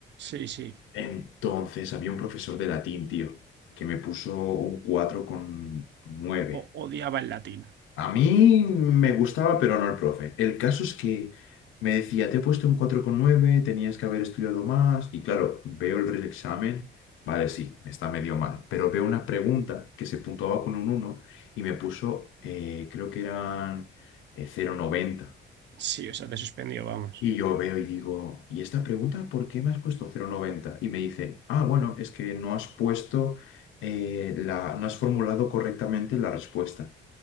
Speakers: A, on the right (about 60°); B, on the left (about 80°).
A: Sí, sí.
B: Entonces había un profesor de latín, tío, que me puso un cuatro con nueve
A: O- odiaba el latín.
B: a mí me gustaba, pero no el profe. El caso es que me decía, te he puesto un 4,9, tenías que haber estudiado más. Y claro, veo el reexamen, vale, sí, está medio mal, pero veo una pregunta que se puntuaba con un uno y me puso, eh, creo que eran eh, 0,90.
A: Sí, o sea, te suspendió, vamos.
B: Y yo veo y digo, ¿y esta pregunta por qué me has puesto 0,90? Y me dice, ah, bueno, es que no has puesto, eh, la, no has formulado correctamente la respuesta.